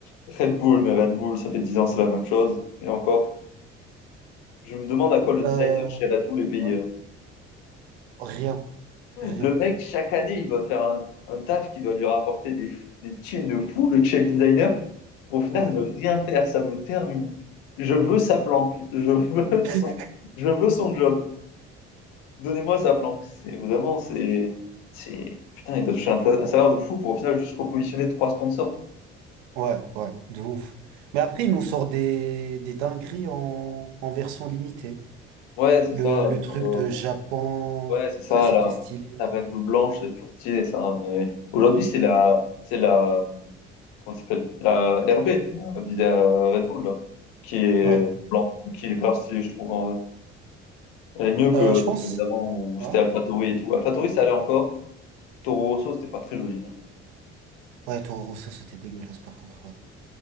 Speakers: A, on the left; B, on the right.
A: Red Bull, mais Red Bull, ça fait 10 ans, c'est la même chose. Et encore, je me demande à quoi le designer
B: Euh,
A: chez Red Bull est payé.
B: ouais.
A: hein.
B: Rien, rien.
A: Le mec, chaque année, il doit faire un, un taf qui doit lui rapporter des, des thunes de fou, le chef designer. Au final,
B: Ouais,
A: ne rien faire, ça me termine. Je veux sa planque. Je veux son,
B: <laughs>
A: je veux son job. Donnez-moi sa planque. C'est vraiment, c'est, c'est, putain, il doit toucher un, ta- un salaire de fou pour au final juste repositionner trois sponsors.
B: ouais, ouais, de ouf. Mais après, ils nous sortent des, des dingueries en, en version limitée.
A: Ouais, c'est
B: Le,
A: ça.
B: le truc
A: euh,
B: de Japon,
A: Ouais, c'est ça,
B: ça, c'était
A: la,
B: stylé.
A: la Red Bull blanche, c'est toujours stylé, ça. Mais aujourd'hui, c'est la, c'est la, comment ça s'appelle? La RB, la la Red Bull, là, qui est
B: Ouais.
A: blanc, qui est grave stylée, je trouve, en vrai. Elle est mieux que
B: Euh, je pense.
A: celle d'avant où
B: Ouais.
A: c'était AlphaTauri et tout. AlphaTauri, ça allait encore. Toro Rosso, c'était pas très joli. hein.
B: Ouais, Toro Rosso, c'était dégueulasse, par contre. Ouais.